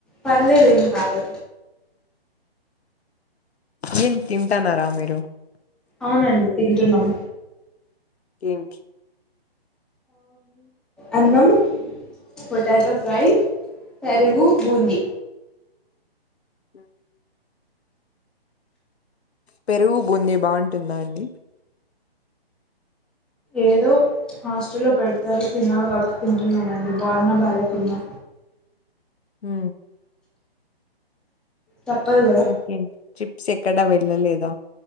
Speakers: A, in the centre; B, on the left.
A: పర్లేదు ఏం కాదు
B: చి తింంటా నా రా మీరు
A: అవునండి తింటున్నాం
B: ఏంక
A: అన్నం పొటాటో ఫ్రై పెరుగు బూంది
B: అ పెరుగు బూన్నె బాగుంటుందా అండి
A: ఏదో హాస్టల్లో పెడతారో తినాలి క తింటున్నామండి బాలన బాలకున్నా
B: హ
A: తప్పదు కదా
B: ఓకే ట్రిప్స్ ఎక్కడ వెళ్ళలేదా